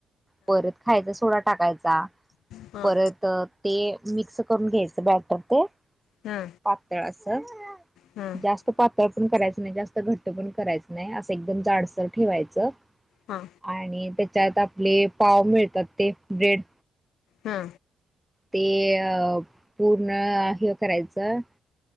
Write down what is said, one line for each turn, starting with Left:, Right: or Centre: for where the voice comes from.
Centre: परत खायचा सोडा टाकायचा.
Left: हां
Centre: परत
Left: हां
Centre: अ ते मिक्स करून घ्यायचं. बॅटर ते
Left: हां हां हां हां हां हां
Centre: पातळ असं.
Left: हां
Centre: जास्त पातळ पण करायच नाही. जास्त घट्ट पण करायचं नाही. असं एकदम जाडसर ठेवायचं.
Left: हा.
Centre: आणि त्याच्यात आपले, पाव मिळतात ते. ब्रेड.
Left: हा.
Centre: ते अ पूर्ण हे करायचं.